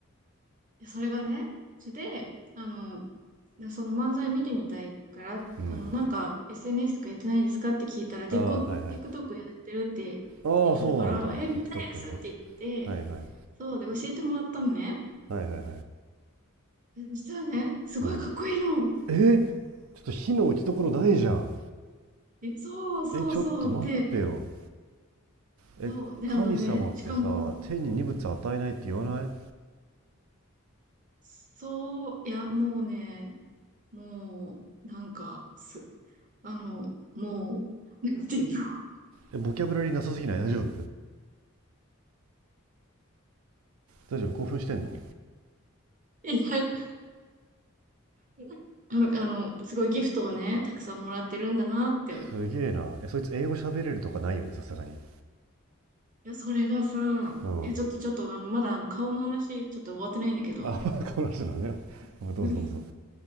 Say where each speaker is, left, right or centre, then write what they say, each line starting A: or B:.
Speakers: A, on the right; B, on the right.
A: いやそれがね、それで、あの、でその漫才見てみたいから、
B: うん。
A: あの、なんか SNS とかやってないですかって聞いたら、結構
B: ああ、はいはい。
A: TikTok
B: あ
A: やってるって言ってたから、
B: あ、そうなんだ。
A: え、見たいですって言っ
B: TikTok ね。はいはい。
A: て、そうで教えてもらったのね。
B: はいはいはい。
A: でそしたらね、すごいかっこいいの。
B: うん。えー、ちょっと火の打ち所ないじゃん。
A: えそうそうそう。
B: え、ちょっと待ってよ。
A: で、
B: え、
A: そう。で、
B: 神様ってさ、
A: あのね、しかも、
B: 天に荷物与えないって言わない
A: そう、いや、もうね、もう、なんか、す、あの、もう、なんていうの。
B: え、ボキャブラリーなさすぎない大丈夫大丈夫興奮してんの
A: <laughs> いやあの、あの、すごいギフトをね、たくさんもらってるんだなって
B: すげえな。え、そいつ英語喋れるとかないよね、さすがに。
A: いや、それがさ、
B: うん。
A: いや、ちょっと、ちょっと、あの、まだ、あの、顔の話、ちょっと終わってないんだけど、
B: あ、<laughs> この人なのね。<laughs>
A: <laughs>
B: どうぞどうぞ。
A: うんい